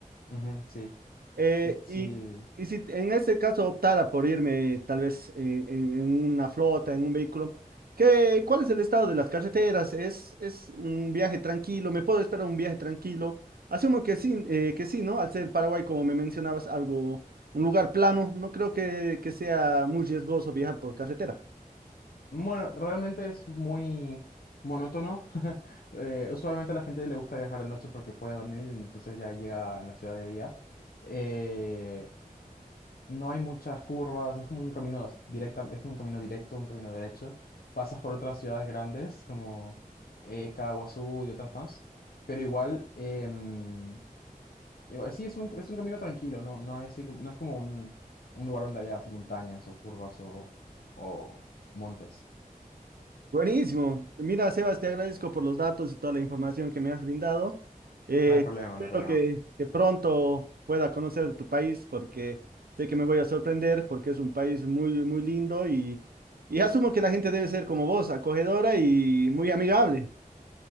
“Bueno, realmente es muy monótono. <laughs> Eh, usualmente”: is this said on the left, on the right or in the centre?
Left